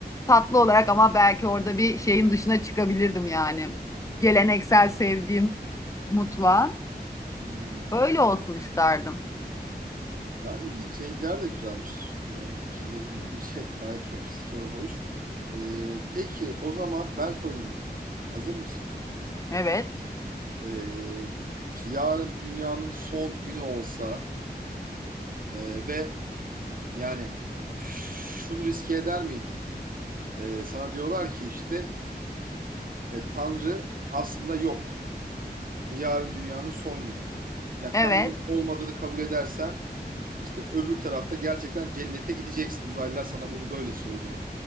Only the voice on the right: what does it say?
Hı hı.
Yani bizim seninkiler de güzelmiş. Yani fikirlerin bence <laughs> gayet sofistike ve hoş. Ee, peki o zaman ben sorayım. Hazır mısın?
Ee, işte yarın dünyanın son günü olsa e, ve yani şunu riske eder miydin? Ee, sana diyorlar ki işte e, Tanrı aslında yok. Yarın dünyanın son günü. Yani
Tanrı olmadığını kabul edersen İşte öbür tarafta gerçekten cennete gideceksin. Uzaylılar sana bunu böyle söylüyor.